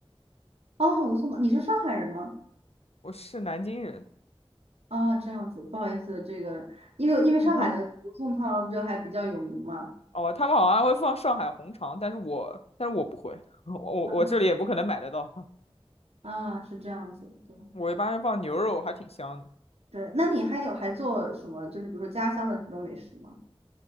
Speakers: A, on the right; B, on the left.
A: 哦，罗宋汤，你是上海人吗？
B: 我是南京人。
A: 啊、这样子，不好意思，这个因为因为上海的罗宋汤就还比较有名嘛。
B: <laughs> 哦，他们好像会放上海红肠，但是我但是我不会，<laughs> 我我我这里也不可能买得到。
A: 啊
B: <laughs>
A: 啊，是这样子，对
B: 我一般是放牛肉，还挺香的。
A: 对。那你还有还做什么？就是比如说家乡的这种美食吗？